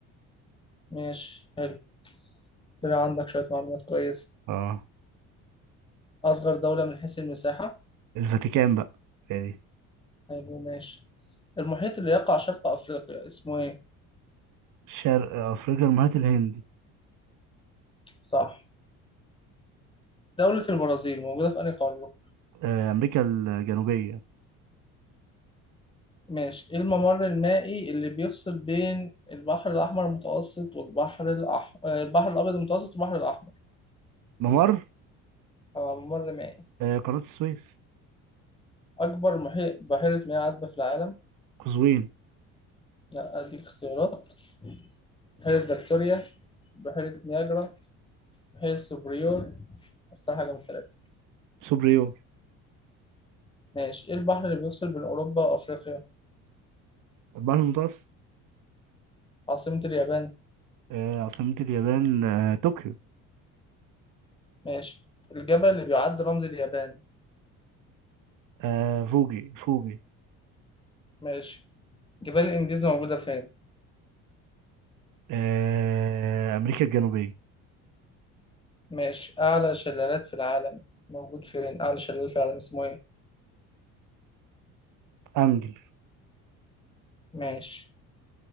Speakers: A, on the left; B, on the right.
A: ماشي حلو طلع عندك شوية معلومات كويسة
B: اه
A: أصغر دولة من حيث المساحة
B: الفاتيكان بقى يعني
A: حلو ماشي المحيط اللي يقع شرق أفريقيا اسمه إيه؟
B: شرق أفريقيا المحيط الهندي
A: صح دولة البرازيل موجودة في أنهي قارة؟
B: آه، أمريكا الجنوبية
A: ماشي إيه الممر المائي اللي بيفصل بين البحر الأحمر المتوسط والبحر الأحمر البحر الأبيض المتوسط والبحر الأحمر
B: ممر
A: آه ممر مائي
B: آه، قناة السويس
A: أكبر محيط بحيرة مياه عذبة في العالم
B: قزوين
A: لا أديك اختيارات بحيرة فيكتوريا بحيرة نياجرا بحيرة سوبريور اختار حاجة من الثلاثة
B: سوبريور
A: ماشي إيه البحر اللي بيفصل بين أوروبا وأفريقيا
B: البحر المتوسط
A: عاصمة اليابان
B: آه، عاصمة اليابان آه، طوكيو
A: ماشي الجبل اللي بيعد رمز اليابان
B: آه، فوجي فوجي
A: ماشي جبال الإنجاز موجودة فين
B: آه، أمريكا الجنوبية
A: ماشي أعلى شلالات في العالم موجود فين أعلى شلال في العالم اسمه إيه
B: أنجل
A: ماشي